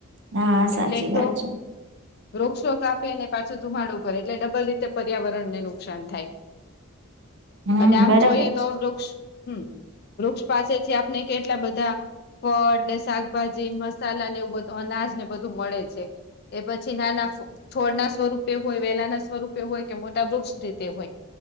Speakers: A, on the right (about 55°); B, on the left (about 45°).
A: હા સાચી
B: એટલે એક
A: વાત
B: તો
A: છે
B: રોગશોક આપે ને પાછો ધુમાડો બર એટલે ડબલ રીતે પર્યાવરણ ને નુકસાન થાય.
A: હમ
B: અને આમ
A: બરાબર
B: જોઈએ તો
A: છે
B: વૃક્ષ હમ વૃક્ષ પાસેથી આપણે કેટલા બધા ફળ ને શાકભાજી મસાલા ને એવું બધું અનાજ ને બધું મળે છે. એ પછી નાના છોડ ના સ્વરૂપે હોય વેલા ના સ્વરૂપે હોય કે મોટા વૃક્ષ રીતે હોય.